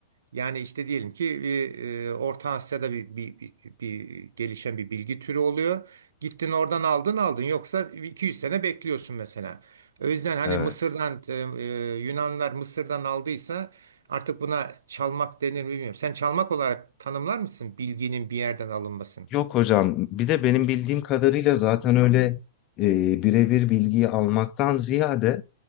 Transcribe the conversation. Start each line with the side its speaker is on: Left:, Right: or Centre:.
Right: Yani işte diyelim ki bir, e, Orta Asya'da bir, bir, bir, bir gelişen bir bilgi türü oluyor. Gittin oradan aldın aldın. Yoksa 200 sene bekliyorsun mesela. O yüzden hani
Left: Evet.
Right: Mısır'dan e, e, Yunanlar Mısır'dan aldıysa artık buna çalmak denir mi bilmiyorum. Sen çalmak olarak tanımlar mısın bilginin bir yerden alınmasını?
Left: Yok hocam. Bir de benim bildiğim kadarıyla zaten öyle e, birebir bilgiyi almaktan ziyade